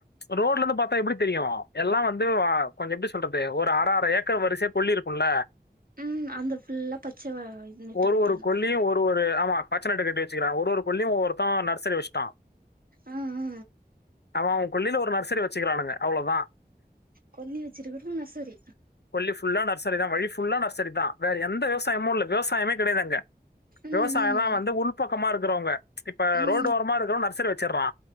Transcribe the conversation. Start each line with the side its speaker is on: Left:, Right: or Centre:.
Left: ரோட்ல இருந்து பாத்தா எப்டி தெரியு எல்லா வந்து வ கொஞ்ச எப்டி சொல்றது ஒரு அர அர ஏக்கர் வரிசையா கொல்லி உள்ள
Right: ம் அங்த ஃபுல்லா பச்ச வ இது நிட்டு
Left: ஒரு
Right: கட்டியிருந்தா
Left: ஒரு கொள்ளியும் ஒரு ஆமா பச்ச நெட்டு கட்டி கட்டி வச்சிக்கிறா ஒரு ஒரு குள்ளையு ஒருத்தவ நர்சரி வச் டா
Right: ஆ ஆ
Left: அவ அவ கொள்ளில ஒரு நர்சரி வச்சுக்கிறானுங்க அவ்ளோதா
Right: கொள்ளி வச்சிருக்குற நர்சரி
Left: கொள்ளி ஃபுல்லா நர்சரி தா வழி ஃபுல்லா நர்சரி தா வேற எந்த விவசாயமு இல்ல விவசாயமே கெடயாது அங்க
Right: ம்
Left: விவசாயலா
Right: ம்
Left: வந்து உள் பக்கமா இருக்கிறவங்க இப்ப
Right: ம்
Left: ரோடு ஓரமா இருக்கிற நர்சரி வச்சடுறா